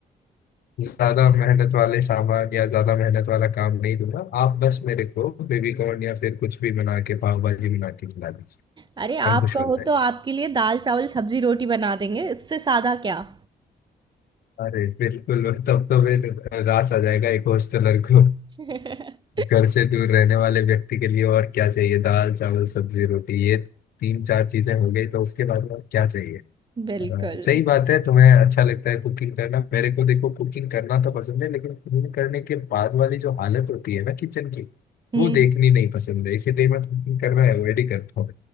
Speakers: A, on the left (about 65°); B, on the right (about 25°).
A: ज्यादा मेहनत वाले सामान या ज्यादा मेहनत वाला काम नहीं दूंगा आप बस मेरे को बेबी कॉर्न या फिर कुछ भी बना के पाव भाजी बना के खिला दीजिए
B: अरे आप
A: हम खुश
B: कहो
A: हो जाएंगे
B: तो आपके लिए दाल चावल सब्जी रोटी बना देंगे इससे सादा क्या
A: अरे बिल्कुल तब तो फिर रास आ जाएगा एक हॉस्टलर को
B: <laughs>
A: घर से दूर रहने वाले व्यक्ति के लिए और क्या चाहिए दाल चावल सब्जी रोटी ये तीन चार चीजें हो गई तो उसके बाद और क्या चाहिए हाँ,
B: बिल्कुल
A: सही बात है तुम्हें अच्छा लगता है कुकिंग करना मेरे को देखो कुकिंग करना तो पसंद है लेकिन कुकिंग करने के बाद वाली जो हालत होती है ना किचन की
B: हम्म
A: वो देखनी नहीं पसंद है इसीलिए मैं कुकिंग करना अवॉइड ही करता हूँ